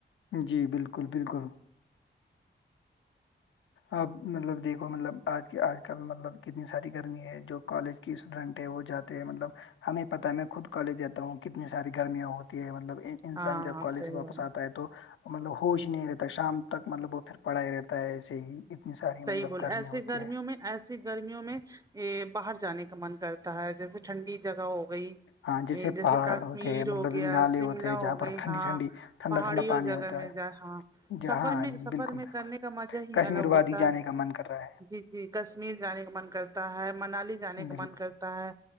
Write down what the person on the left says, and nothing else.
جی بالکل بالکل آپ مطلب دیکھو مطلب آج کے آج کل مطلب کتنی ساری گرمی ہے جو کالج کی اسٹوڈینٹ ہے وہ جاتے ہیں مطلب ہمیں پتہ ہے خود کالج جاتا ہوں کتنی ساری گرمیاں ہوتی ہے مطلب انسان
جب
کالج
سے واپس
آتا ہے تو مطلب ہوش ہی نہیں رہتا شام تک مطلب وہ پھر پڑھائی رہتا ہے ایسے ہی اتنی ساری مطلب
گرمی
ہوتی
ہے
ہاں
پہاڑ
ہوتے ہیں
مطلب
نالے
ہوتے ہیں جہاں
پر
ٹھنڈی
ٹھنڈی ٹھنڈا
ٹھنڈا پانی
ہوتا
ہے
جہاں
بالکل
بالکل
کشمیر
وادی
جانے
کا من کر رہا
ہے
بالکل